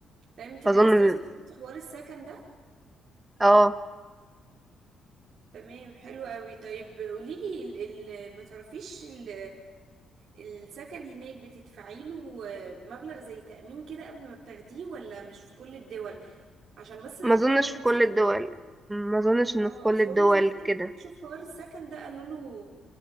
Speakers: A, on the right; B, on the right.
A: تمام انت حجزتي
B: اظن
A: اصلا شفتي حوار السكن ده
B: اه
A: تمام حلو قوي طيب قوليلي ال ال ما تعرفيش ال السكن هناك بتدفعي له آه، مبلغ زي تأمين كده قبل ما بتاخديه ولا مش في كل الدول عشان بس اخويا
B: ما اظنش
A: برضو
B: في
A: مسافر
B: كل الدول ما اظنش انه
A: اه
B: في كل
A: اصل
B: الدول
A: هو مسافر
B: كده
A: شوف حوار السكن ده قالوا له